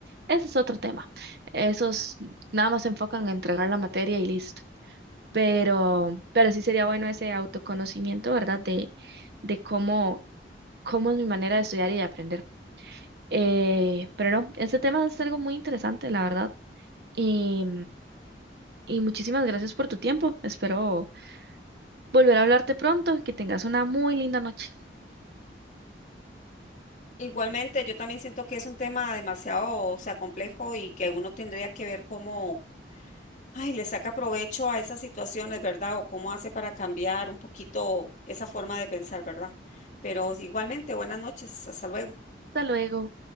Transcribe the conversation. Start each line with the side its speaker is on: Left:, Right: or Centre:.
Right: ese es otro tema. Esos nada más se enfocan en entregar la materia y listo. Pero, pero sí sería bueno ese autoconocimiento, ¿verdad? De, de cómo cómo es mi manera de estudiar y de aprender. Eh, pero no, este tema es algo muy interesante, la verdad. Y, y muchísimas gracias por tu tiempo. Espero volver a hablarte pronto y que tengas una muy linda noche.
Left: Igualmente, yo también siento que es un tema demasiado, o sea, complejo y que uno tendría que ver cómo, ay, le saca provecho a esas situaciones, ¿verdad? O cómo hace para cambiar un poquito esa forma de pensar, ¿verdad? Pero igualmente, buenas noches, hasta luego.
Right: Hasta luego.